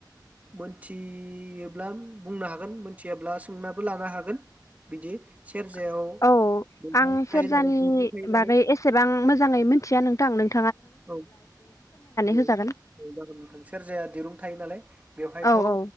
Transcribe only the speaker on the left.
<unintelligible>
<unintelligible>
नोंथांं
नों
होजागोन
औ औ